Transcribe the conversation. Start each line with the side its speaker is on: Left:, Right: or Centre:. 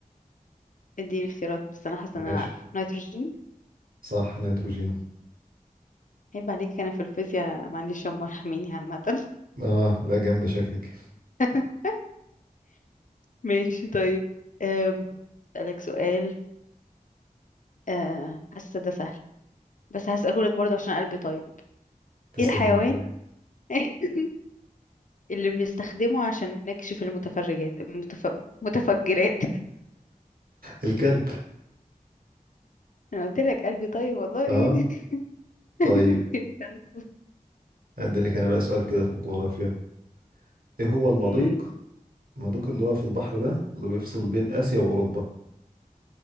Left: اديني اختيارات بس أنا حاسة
Right: ماشي
Left: إن أنا عارفة نيتروجين
Right: صح نيتروجين
Left: عيب عليك أنا في الفيزياء معلش هم مرحميني عامة
Right: اه لا جامدة شكلك
Left: <laughs> ماشي طيب أم، أسألك سؤال أه، حاسة ده سهل بس هسألهولك برضه عشان قلبي طيب
Right: تسلم
Left: ايه الحيوان
Right: والله
Left: <laughs> اللي بنستخدمه عشان نكشف المتفرجات المتف... متفجرات
Right: الكلب
Left: انا قلت لك قلبي طيب والله
Right: اه
Left: <laughs>
Right: طيب اديلك انا بقى سؤال كده في الجغرافيا ايه هو المضيق
Left: أمم،
Right: المضيق اللي هو في البحر ده اللي بيفصل بين اسيا واوروبا